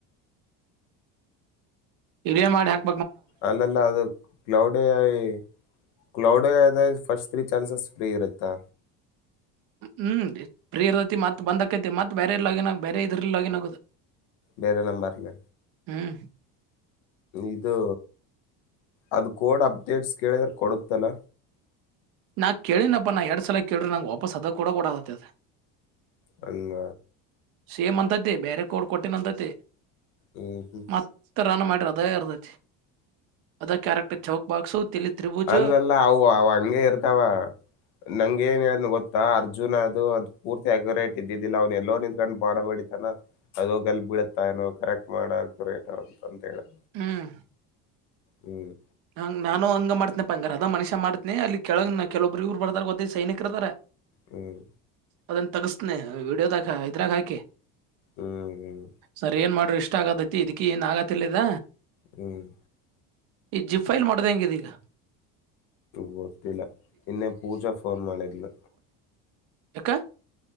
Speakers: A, on the right; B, on the left.
A: ವಿಡಿಯೋ ಮಾಡಿ ಹಾಕ್,
B: ಅಲ್ಲಲ್ಲ ಅದು cloud AI cloud AI first three chances free ಇರುತ್ತಾ.
A: ಹ್ಮ್ ಫೀ ಇರ್ತೈತಿ ಮತ್ ಬಂದಕೈತಿ ಮತ್ ಬೇರೆ ಲಾಗಿನ್ ಬೇರೆ ಇದ್ರ ಲಾಗಿನ್ ಆಗುದು.
B: ಬೇರೆ ನಂಬರ್ಲ್ಲ.
A: ಹ್ಮ್.
B: ಇದು ಅದು ಕೋಡ್ ಅಪ್ಡೇಟ್ಸ್ ಕೇಳಿದ್ರ ಕೊಡುತ್ತಲ್ಲ.
A: ನಾ ಕೇಳಿನಪ್ಪ ನಾ ಎರಡ್ ಸಲ ಕೇಳ್ರೆ ನಂಗೆ ವಾಪಾಸ್ ಅದ ಕೂಡ ಕೊಡದತ್ತತೆ.
B: ಹಂಗ.
A: ಸೇಮ್ ಅಂತೈತಿ ಬೇರೆ ಕೋಡ್ ಕೊಟ್ಟಿನ ಅಂತತಿ
B: ಹ್ಮ್ ಹ್ಮ್
A: ಮತ್ತ ರನ್ ಮಾಡ್ರ ಅದೇ ಅರ್ದ ಅದ ಕ್ಯಾರೆಕ್ಟರ್ ಚೌಕ್ ಬಾಕ್ಸು ತಿಲಿ ತ್ರರಿಭುಜ.
B: ಅಲ್ಲಲ್ಲ ಅವು ಅವ ಹಂಗೆ ಇರ್ತಾವ ನಂಗೆ ಏನ್ ಹೇಳದ ಗೊತ್ತಾ ಅರ್ಜು ಜೂನ್ ಅದು ಅದು ಪೂರ್ತಿ ಆಕ್ಯುರೇಟ್ ಇದ್ದಿದ್ದಿಲ್ಲ ಅವ್ನ ಎಲ್ಲೋ ನಿಂತ್ಕೊಂಡು ಬ ಮಾಡಬಡಿತಾನ ಅದು ಹೂಗಲ್ಲಿ ಬೀಳುತ್ತಾ. <unintelligible>
A: ಹ್ಮ್.
B: ಹ್ಮ್.
A: ಹಂಗ ನಾನು ಹಂಗ ಮಾಡ್ತನಪ್ಪ ಅಂಗಾರ ಅದ ಮನುಷ್ಯ ಮಾಡ್ತನಿ ಅಲ್ಲಿ ಕೆಳಗ್ ಕೆಲೊಬ್ರು ಇ್ರು ಬರ್ದಾರ ಗೊತ್ತೇ ಈ ಸೈನಿಕರ ಅದರಾ.
B: ಹ್ಮ್.
A: ಅದನ್ನ ತಗಸ್ನನೆ ವಿಡಿಯೋದ್ಗಾ ಇದ್ರಾಗ ಹಾಕಿ
B: ಹ್ಮ್
A: ಸರಿ ಏನ್ ಮಾಡ ಇಷ್ಟ ಆಗತೈತಿ ಇದಕ ಏನ್ ಆಗತಿ ಇಲ್ಲಿದ.
B: ಹ್ಮ್.
A: ಈ ಜಿಪ್ ಫೈಲ್ ಮಾಡಿದೆ ಹೆಂಗಿದಿಲ್ಲ
B: ಗೊತ್ತಿಲ್ಲ ಇನ್ನೆ ಪೂಜಾ ಫೋನ್ ಮಾಡಲು
A: ಹಕ್ಕೆ